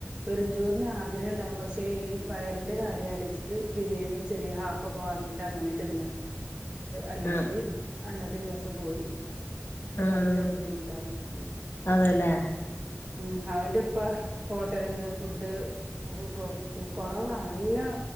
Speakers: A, on the right; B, on the left.
A: വെറും ചോറിന് ആഗ്രഹം ണ്ടാവും പക്ഷെ ഈ വയറിന്റെ കാര്യം ആലോച്ട്ട് ബിരിയാണി ചെറിയ ഹാഫ് ഒക്കെ വാങ്ങിട്ട് അങ്ങനെ തിന്ന അല്ലെങ്കിൽ
B: ആഹ്
A: അന്നത്തെ ദിവസ ം പോയി ക്ക്
B: ആഹ്
A: നല്ല ബുദ്ധിമുട്ടാ ഉ
B: അതേല്ലേ
A: ഉം അവന്റെ ഉപ്പ ഹോട്ടലിൽന്ന് ഫുഡ് പു പു കുറവാ നല്ല